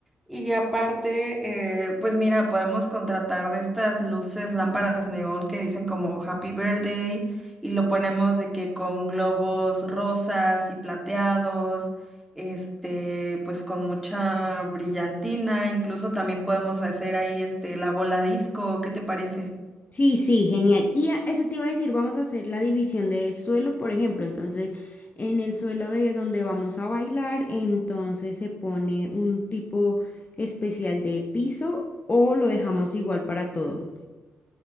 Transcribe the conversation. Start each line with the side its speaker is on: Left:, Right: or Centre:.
Centre: Y aparte, eh, pues mira, podemos contratar de estas luces, lámparas neón que dicen como Happy Birthday y lo ponemos de que con globos rosas y plateados este, pues con mucha brillantina, incluso también podemos hacer ahí este la bola disco, ¿qué te parece?
Left: Sí, sí, genial. Y a- eso te iba a decir, vamos a hacer la división de suelo, por ejemplo. Entonces, en el suelo de donde vamos a bailar, entonces se pone un tipo especial de piso o lo dejamos igual para todos.